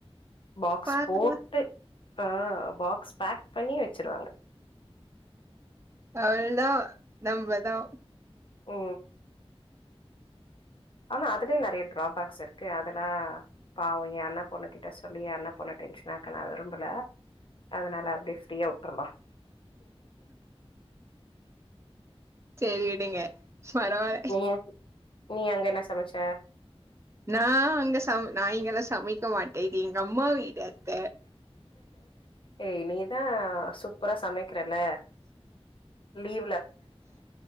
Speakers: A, on the left; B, on the right.
A: பாக்ஸ்
B: பார்றா
A: போட்டு ஆ பாக்ஸ் பேக் பண்ணி வெச்சிருவாங்க
B: அவுள்தா நம்பதா
A: ஓ ஆனா அதுலயே நெறைய டிராபேக்ஸ் இருக்கு அதெல்லா பாவ ஏ அண்ணா பொண்ணு கிட்ட சொல்லி அண்ணா பொண்ண டென்ஷனாக்க நா விரும்பல அதனால அப்டியே ஃப்ரீயா வுட்டுர்லா
B: சேரி விடுங்க பரவால்ல
A: நீங்க நீ அங்க என்ன சமச்ச
B: நா இங்க சம் நா இங்கெல்லா சமைக்க மாட்டே இது எங்க அம்மா வீடு அத்த
A: ஏய் நீதா சூப்பரா சமைக் குறேல வெளிய